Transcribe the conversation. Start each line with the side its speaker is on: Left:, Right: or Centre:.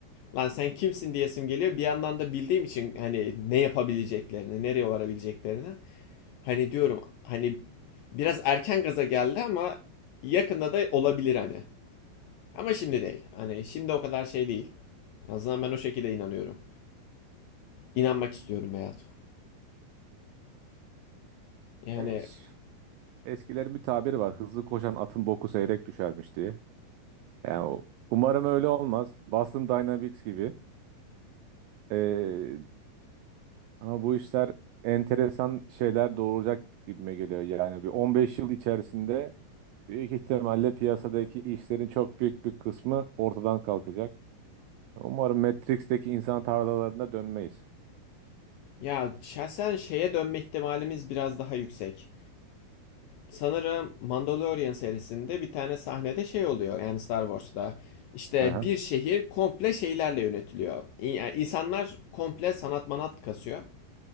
Left: Lan sen kimsin diyesim geliyor. Bir yandan da bildiğim için hani ne yapabileceklerini, nereye varabileceklerini. Hani diyorum hani biraz erken gaza geldi ama yakında da olabilir hani. Ama şimdi değil. Hani şimdi o kadar şey değil. En azından ben o şekilde inanıyorum. İnanmak istiyorum Beyat. Yani
Right: E, ş- eskilerin bir tabiri var. Hızlı koşan atın boku seyrek düşermiş diye. Yani o- umarım öyle olmaz. Boston Dynamics gibi. Ee, ama bu işler enteresan şeyler doğuracak gibime geliyor. Yani bir 15 yıl içerisinde büyük ihtimalle piyasadaki işlerin çok büyük bir kısmı ortadan kalkacak. Umarım Matrix'teki insan tarlalarına dönmeyiz.
Left: ya şahsen şeye dönme ihtimalimiz biraz daha yüksek. Sanırım Mandalorian serisinde bir tane sahnede şey oluyor yani Star Wars'ta. İşte
Right: Hı hı.
Left: bir şehir komple şeylerle yönetiliyor. İ- Yani insanlar komple sanat manat kasıyor.